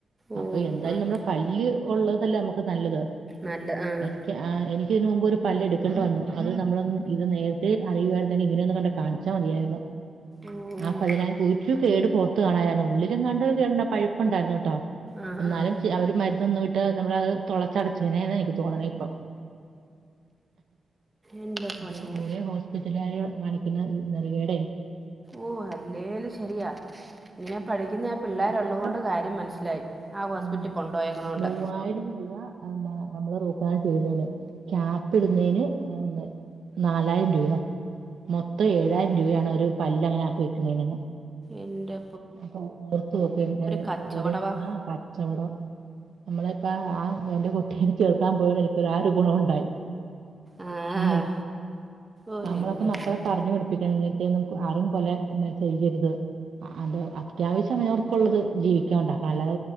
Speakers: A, on the right; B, on the right.
A: ഓഹ്
B: അപ്പൊ എന്താലും
A: ആഹ്
B: നമ്മുടെ പല്ല് ഉള്ള നമുക്ക് നല്ലത്
A: നല്ല ആഹ്
B: എനിക്ക് എനിക്ക് ഇതിനു മുമ്പ് ഒരു പല്ല് എടുക്കണ്ടെ വന്നു. അത് നമ്മൾ ഇത് നേരത്തെ അറിയുായിരുന്നെങ്കിൽ ഇങ്ങനെയൊന്ന് കണ്ട് കാണിച്ചാ മതിയായിരുന്നു.
A: ഓഹ്
B: അപ്പൊ അതിന ഒരുറ്റ കേട് പുറത്ത് കാണായിരുന്നു. ഉള്ളിലും കാണ്ടരു കേടുണ്ട പഴുപ്പുണ്ടായിരുന്നു കേട്ടോ?
A: ആഹ്
B: എന്നാലും
A: ആഹ്
B: അവര് മരുന്ന് നിന്ന് വിട്ട് നമ്മളത്. തുളച്ചടച്ചനെന്ന് എനിക്ക് തോന്നണ ഇപ്പൊ
A: എൻ്റെ പൊന്നെ
B: ഒര ഒരേ ഹോസ്പിറ്റലുകര് കാണിക്കുന്ന നിെറുകടെ
A: ഓ അല്ലേല് ശരിയാ പിനെ പഠിക്കുന്ന പിള്ളേരുള്ളതുകൊണ്ട്
B: ഓർത്തൊക്കെ
A: കാര്യം മനസ്സിലായി ആ ഹോസ്പിറ്റല
B: ഉം
A: കൊണ്ടു പോയേക്കുന്നത് കൊണ്ട്
B: മൂവായിരം <unintelligible> നമ്മള് റൂക്ക ചെയ്തേനെ ക്യാപ്പി ഇടുന്നതിന് ഏഹ് നാലായിരം രൂപ മൊത്തം ഏഴായിരം രൂപയാണ് ഒരു പല്ല് അങ്ങനെ ആക്കി വെക്ക്ണീന്.
A: എന്റെ
B: അപ്പൊ ഓർത്തു നോക്കി ഒ
A: കച്ചവടവാ
B: ഓൽ ആഹ് കച്ചോടം. നമ്മള ഇപ്പ ആ എൻ്റെ കുട്ടിയ കേൾ ക്കാൻ പേണ് ഇരിക്കൽ ആ ഒരു ഗുണ ഉണ്ടായി
A: ആഹ്
B: ഉം
A: ഓഹ്
B: നമ്മളൊക്കെ
A: എൻ്റെ
B: മക്കളെ
A: പൊന്നെ
B: പറഞ്ഞു പിടിപ്പിക്കണം ങ്ങൻതേന്നും ആരും കൊല ചെയ്യരുത്. അത് അത്യാവശ്യംവർക്കുള്ളത് ജീവിക്കാൻ ഉണ്ടാക്കാം അല്ലാതെ